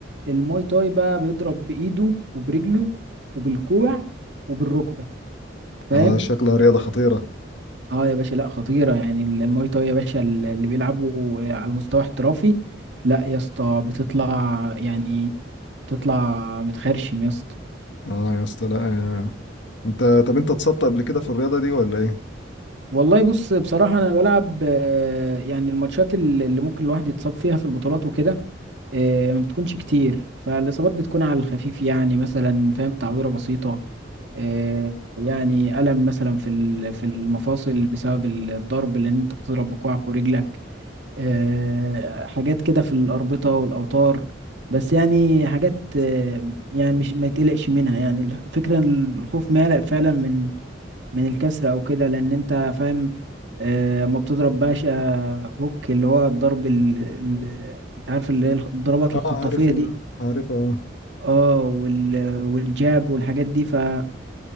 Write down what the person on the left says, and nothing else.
اه شكلها رياضه خطيره
اه يا اسطى لا آه. انت طب انت اتصبت قبل كده في الرياضه دي ولا ايه
اه
عارف ال...
عارف اه